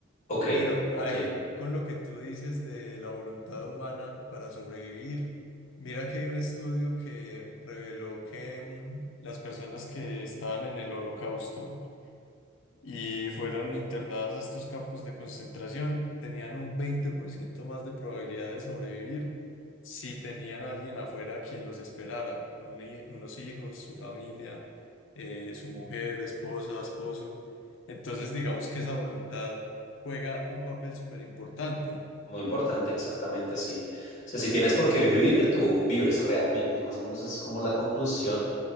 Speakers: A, on the left; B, on the left.
A: Ok,
B: Pero
A: ok,
B: ahí con lo que tú dices de la voluntad humana para sobrevivir, mira que hay un estudio que reveló que mm, las personas que estaban en el holocausto y fueron internadas a estos campos de concentración, tenían un 20% más de probabilidad de sobrevivir si tenían a alguien afuera quien los esperara, un hi- unos hijos, su familia, eh, su mujer, esposa, esposo. Entonces, digamos que esa voluntad juega un papel súper importante,
A: muy importante,
B: digamos.
A: exactamente, sí. O sea, si tienes por qué vivir, tú vives realmente, más o menos es como la conclusión.